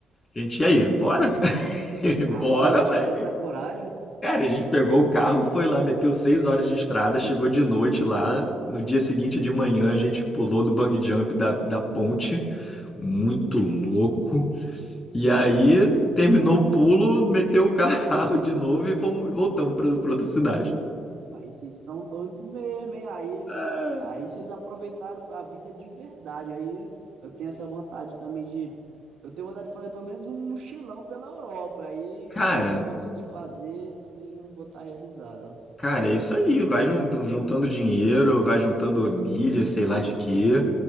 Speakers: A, on the left; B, on the right.
A: A gente, e aí, bora? <laughs> Bora,
B: Rapaz, se tiver
A: ué.
B: essa coragem,
A: Cara, a gente pegou o carro, foi lá, meteu 6 horas de estrada, chegou de noite lá. No dia seguinte de manhã, a gente pulou do bungee jump da, da ponte, muito louco. E aí, terminou o pulo, meteu o carro <laughs> de novo e fomos, voltamos para outra cidade.
B: rapaz, vocês são doidos mesmo, hein? Aí,
A: Ah,
B: aí vocês aproveitaram a vida de verdade. Aí eu tenho essa vontade também de. Eu tenho vontade de fazer pelo menos um mochilão pela Europa. Aí
A: Cara,
B: também, se eu conseguir fazer, também eu vou estar realizado,
A: Cara, é isso aí. Vai jun- juntando dinheiro, vai juntando milha, sei lá de quê,